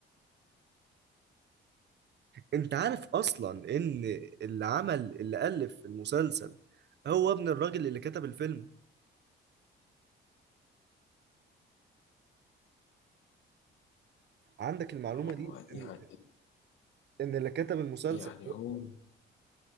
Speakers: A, on the right (about 60°); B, on the left (about 80°).
A: انت عارف اصلا ان اللي عمل اللي الف المسلسل هو ابن الراجل اللي كتب الفيلم عندك المعلومة
B: هو
A: دي
B: يعني
A: ان إن اللي كتب المسلسل
B: يعني هو